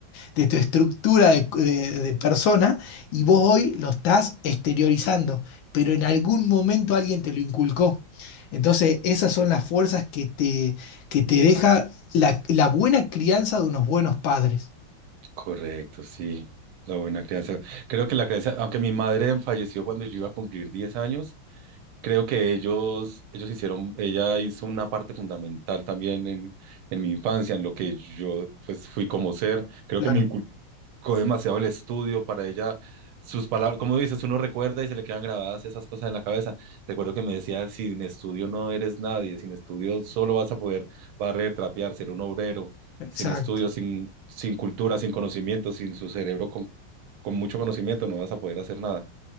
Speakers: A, on the left (about 75°); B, on the right (about 75°).
A: de tu estructura de, de- de persona y vos hoy lo estás exteriorizando, pero en algún momento alguien te lo inculcó. Entonces, esas son las fuerzas que te, que te deja la, la buena crianza de unos buenos padres.
B: correcto, sí. La buena crianza. Creo que la crianza, aunque mi madre falleció cuando yo iba a cumplir 10 años, Creo que ellos, ellos hicieron, ella hizo una parte fundamental también en, en mi infancia, en lo que yo pues fui como ser. Creo
A: Claro,
B: que me inculcó demasiado el estudio para ella. Sus palabras, como dices, uno recuerda y se le quedan grabadas esas cosas en la cabeza. Recuerdo que me decía, sin estudio no eres nadie, sin estudio solo vas a poder barrer, trapear, ser un obrero,
A: exacto.
B: sin estudio, sin, sin cultura, sin conocimiento, sin su cerebro con, con mucho conocimiento no vas a poder hacer nada.